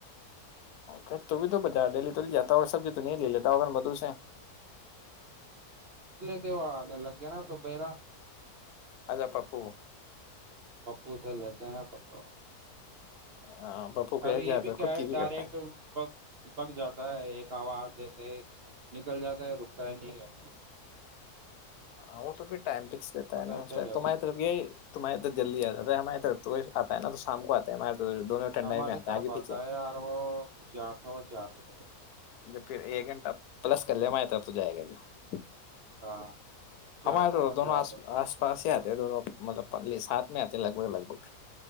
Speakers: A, on the left; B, on the right.
A: ھر ت بھی تو بجار دہلی تو ل جاتا ہو سبزی تو نہیں لے لیتا ہو اگر مدو سے
B: لگیا نا تو برا
A: اا پا پو
B: پپو سے لیتے ہیں پٹوں
A: ہاں پپو کہ
B: ارے
A: جاتا
B: یہ بھی کیا
A: خود
B: ہے
A: کی
B: ڈائریکٹ
A: کرتا ہے
B: ب بگ جاتا ہے ایک گو کہتے نکل جاتا ہے رکتا ہے نہیں ہے
A: ہاں وہ تو پھر ٹائم فکستا ہےا
B: ہے
A: اس
B: ٹھیلے
A: تمہاری
B: کو
A: طف یہی تمہاریے طر جلدی آ جاتا ہے ہماری طرف تو آتا ہے ن تو شام کو آتا ہے تو دونوں ٹھنڈائی
B: ہماری
A: میں
B: طرف
A: ہے آگے پیچھے
B: آتا ہے آار وہ چار سو چار بجے
A: جب پھر ایک گھنٹہ پلس کلم آتاب تو جائے گا جو
B: ہاں چار
A: ہمار تو
B: سوا
A: دونوں
B: چار
A: آ
B: بجے آتا
A: آس
B: ہے۔
A: پاس تے دونوں مطلب پلے ساتھ میں آتے لگ بھگ لگ بھگ